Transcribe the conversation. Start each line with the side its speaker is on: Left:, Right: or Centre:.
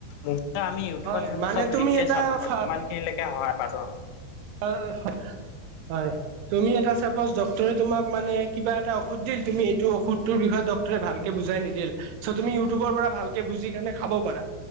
Left: মূঠতে আমি ইউটিউবত
Right: হয়
Left: সেবোৰ
Right: মানে
Left: চব
Right: তুমি
Left: ফ্ৰিতে
Right: এটা
Left: চাব পাৰো ইমান খিনিলেকে সহায় পাইছ।
Right: হয় হয় হয় তুমি এটা চাপোজ ডক্টৰে তোমাক মানে কিবা এটা ঔষধ দিল তুমি এইটো ঔষধ তোৰ বিষয়ে ডক্টৰে ভাল কে বুজাই নিদিল চ' তুমি ইউটিউবৰ পৰা ভালকে বুজি কেনে খাব পাৰা